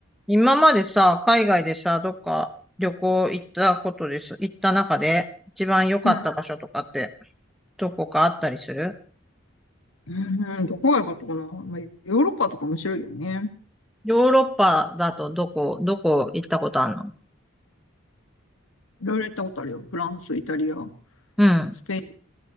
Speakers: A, in the centre; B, on the left.
A: 今までさ、海外でさ、どっか旅行行ったことです。行った中で一番良かった場所とかって
B: うん。
A: どこかあったりする
B: うん、うんどこが良かったかな。まあ、ヨーロッパとか面白いよね。
A: ヨーロッパだとどこ、どこ行ったことあるの
B: いろいろ行ったことあるよ。フランス、イタリア、
A: うん、
B: スペイン、